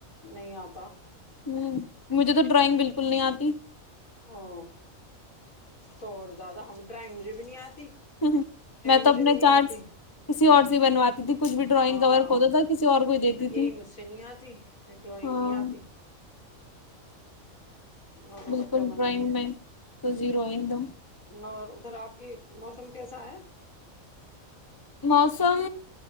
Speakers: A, on the left; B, on the left.
A: نہیں آتا
B: ہ مجھے تو ڈرائنگ بالکل کول نہیں آتی
A: او تو اور زیادہ ہم ڈرائنگ مجھے بھی نہیں آتی
B: ہ میں
A: مجھے
B: تو اپنے
A: بھی نہیں
B: چارٹ
A: آتی
B: کسی اور سے بنواتی تھی کچھ بھی ڈرائنگ
A: ہاں
B: کور کتا تھا کسی اور کو ہی دیتی
A: یہی
B: تھی
A: مجھ سے نہیں آتی ڈرائنگ
B: ہاں
A: نہیں آتی آٹو
B: بالکل
A: کا کیا بنائیں
B: ڈرائنگ
A: گے
B: میں تو زیرو آ دوم
A: اور ادھر آپ کی موسم کیسا ہے
B: موسم